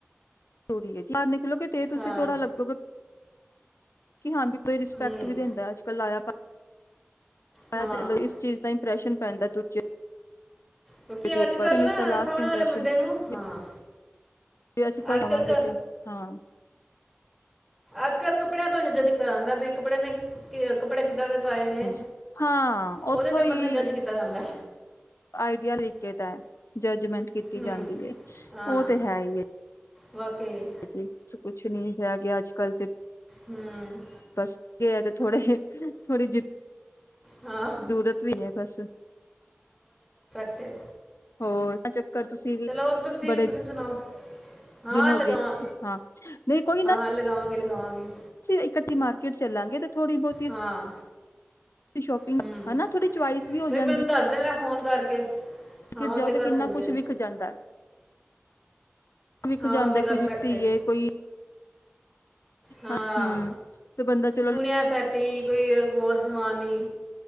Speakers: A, on the left; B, in the centre.
A: ਜਰੁਰੀ ਹੈ ਜੀ ਦੇਖਲੋ ਕਿਤੇ ਤੁਸੀਂ
B: ਹਾਂ
A: ਥੋੜਾ ਲੱਗੋਗੇ ਕਿ ਹਾਂ ਬੀ ਕੋਈ ਰਿਸਪੈਕਟ
B: ਹੂੰ
A: ਵੀ ਦਿੰਦਾ ਅੱਜ-ਕੱਲ ਲਾਇਆ ਪਾਇਆ
B: ਹਾਂ
A: ਦੇਖ ਲੋ ਇਸ ਚੀਜ਼ ਦਾ ਈਂਪਰੈਸ਼ਨ ਪੈਂਦਾ ਦੂਜੇ
B: ਕਿਉਂਕਿ
A: ਈਦੇ ਉਪਰ
B: ਅੱਜ ਕੱਲ੍ਹ
A: ਫਿਨ ਏਦਾ
B: ਨਾ
A: ਲਾਸਟ
B: ਸਾਹਮਣੇ
A: ਇਪ੍ਰੈਸ਼ਨ
B: ਵਾਲੇ ਬੰਦੇ ਨੂੰ ਹਾਂ
A: ਜੇ ਅਸੀ ਫਸਟ
B: ਅੱਜ
A: ਆਵਾਂਗੇ
B: ਕੱਲ੍ਹ ਕ
A: ਤੇ ਹਾਂ
B: ਅੱਜ ਕੱਲ ਕੱਪੜਿਆਂ ਤੋਂ ਨ ਜਦ ਤਾਂ ਆਂਦਾ ਕੱਪੜੇ ਨੇ ਕੱਪੜੇ ਕਿੱਦਾਂ ਦੇ ਪਾਏ ਨੇ
A: ਹਾਂਜੀ ਹਾਂ
B: ਉਹਦੇ
A: ਉੱਥੋਂ
B: ਤੇ ਬੰਧਦੇ
A: ਹੀ
B: ਜੱਜ ਕੀਤਾ ਜਾਂਦਾ।
A: ਆਈਡੀਆ ਲਿਗਦਾ ਜ ਕਮੈਂਟ ਕੀਤੀ
B: ਹੂੰ
A: ਜਾਂਦੀ ਹੈ
B: ਹਾਂ
A: ਉਹ ਤੇ ਹੈ ਹੀ ਹੈ
B: ਵਾਕਈ
A: ਕੁਛ ਨੀ ਕਿਹਾ ਗਿਆ ਅੱਜ ਗੱਲ ਤੇ
B: ਹੂੰ
A: ਬਸ ਤੇ ਥੋੜੇ ਥੋੜੀ ਜ
B: ਹਾਂ
A: ਜ਼ਰੂਰਤ ਵੀ ਹੈ ਬਸ
B: ਤੇ
A: ਹੋਰ ਚੱਕਰ ਤੁਸੀਂ ਵੀ
B: ਹੁਣ ਤੁਸੀਂ
A: ਬੜੇ
B: ਤੁਸੀਂ ਸੁਣਾਓ ਹਾਂ
A: ਦਿਨ ਹੋ
B: ਲਗਾਵਾਂ
A: ਗਏ ਹਾਂ ਨਹੀਂ ਕੋਈ ਨਾ
B: ਹਾਂ ਹਾਂ ਲਗਾਵਾਂਗੀ ਲਗਾਵਾਂਗੀ
A: ਇਕੱਠਟੀ ਮਾਰ ਕਿਡ ਚੱਲਾਂਗੇ ਤੇ ਥੋੜੀ ਬੋਹਤੀ
B: ਹਾਂ
A: ਸ਼ੋਪਿੰਗ,
B: ਹੂੰ
A: ਹਨਾ ਥੋੜੀ ਚੌਇਸ ਵੀ ਹੋ
B: ਤੁਸੀਂ
A: ਜਾਂਦੀ।
B: ਮੈਨੂੰ ਦੱਸ ਦੇਣਾ ਫੋਨ ਕਰਕੇ ਹਾਂ
A: ਕਿਟ
B: ਉਹ
A: ਜਾਓ
B: ਤਾਂ
A: ਤੇ
B: ਗੱਲ
A: ਕਿੰਨਾ
B: ਸਹੀ
A: ਕੁਝ
B: ਹੈ
A: ਵਿਖ ਜਾਂਦਾ ਏ। ਵੀਖ
B: ਹਾਂ ਉਹ
A: ਜਾਂਦਾ
B: ਤਾਂ
A: ਏ
B: ਗੱਲ
A: ਕੋਈ ਜੁੱਤੀ
B: ਫੈਕਟ ਹੈ
A: ਏ ਕੋਈ
B: ਹਾਂ,
A: ਹੂੰ ਤੇ ਬੰਦਾ ਚਲੋ
B: ਚੂਣਿਆ ਸੈੱਟ ਹੀ ਕੋਈ ਹੋਰ ਸਮਾਨ ਨਿ